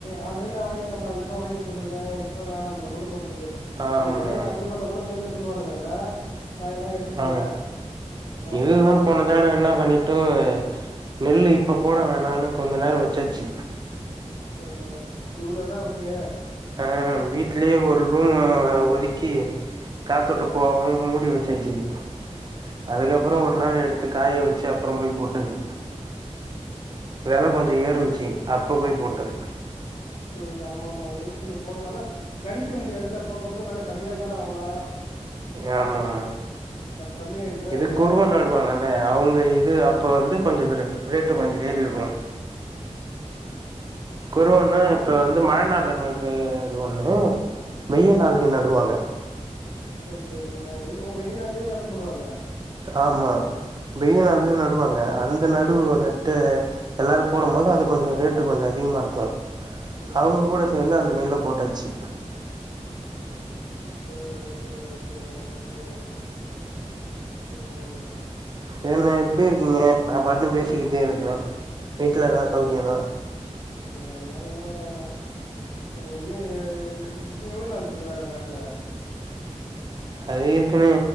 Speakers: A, on the left (about 60°); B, on the right (about 35°).
A: ஆல்ரெடி நான் வாங்கிட் டி அதிகமா வாங்கி போட்டு இருக்கேன் இப்ப வேனாற பொருள்ளா சொல்றது
B: ஆமா
A: அது விலைய கம்மி பண்ண கூட வேணும்னே சொல்லுவானுங்கல்ல நா எல்லா எடுத்துட்டே
B: ஆமா இதுதான்
A: இவ்ளோதா குடுப்பே
B: போனதட என்ன பண்ணிட்டு நெல்லு இப்ப போட வேணான்னு கொஞ்ச நேரோ வச்சாச்சு
A: அஹ் இவ்ளதாக்கு
B: அ வீட்லயே ஒரு ரூம்
A: போ
B: ஒதுக்கி காத்தோட்ட
A: ம்
B: போவாம மூடி வெச்சு ஆ சேரிப்பா அதுக்கப்றோ ஒரு நாள் எடுத்து காய வெச்சு அப்புற போய் போட்டது வெல
A: ஏ
B: கொஞ்ச
A: ஆனா
B: ஏறுந்துச்சு அப்ப போய் போட்டது
A: புரிது ஆமா ஆமா அத வெயிட் பண்ணி போட்றனால கணிக்க முடியாது இல்ல போக போக வெல கம்மியா கூட ஆகலா
B: ஆமா ஆமா
A: கம்மியாயிடுச்சுன்னா
B: இது
A: முன்ன
B: குருவ நடுவாங்கல்ல அவங்க வந்து அப்ப வந்து கொஞ்சோ கொ ரெ ரேட்டு கொஞ்சோ ஏறி இருக்கு குருவ
A: ஓகே
B: ஒன்னு
A: காத்து
B: இப்ப
A: பு-
B: வந்து மழ நாள்ல நட்ற இது ஒண்ணு வெய்ய நாள்லயு நடுவாங்க
A: ஐயயா வெய் ஓ வெயில் நாள்லயு வெத போடுவாங்க
B: ஆமா வெயில்
A: ஆ
B: நாள்லயு நடுவாங்க அந்த நடுவுவொல த்து எல்லாரு போடும் போது அது கொஞ்ச ரேட்டு கொஞ்ச அதிகமா இருக்கு
A: ம்
B: அவங்க கூட சேர்ந்து அந்த நெல்ல போட்டாச்சு
A: சேரா சேரா சேரா ஓகே ஓகே ம்
B: என்ன இப்டி இருக்கீங்க நா பாட்னு பேசிக்கிட்டே இருக்கிறே வீட்ல
A: <unintelligible>
B: எல்லா சௌக்கியமா
A: இங்க எல்லா நல்லா இருக்காங்கடா ம் இன்னு ஏ எப்டி இன்னு எவ்ளோ நாள் இருக்கு வேல காட்டுல
B: அது இருக்குன்னு